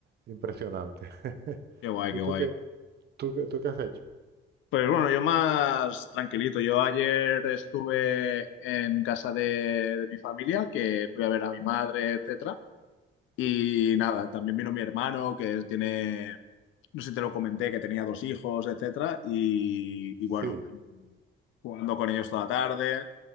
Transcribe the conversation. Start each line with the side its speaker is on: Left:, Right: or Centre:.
Right: impresionante. <laughs>
Left: Qué guay,
Right: ¿Y
Left: qué guay.
Right: tú qué, tú, qué- tú qué has hecho?
Left: Pues bueno, yo más tranquilito. Yo ayer estuve en casa de, de mi familia, que fui a ver a mi madre, etcétera. Y nada, también vino mi hermano, que es- tiene, no sé si te lo comenté, que tenía dos hijos, etcétera. Y,
Right: Sí,
Left: y bueno, jugando con ellos toda la tarde.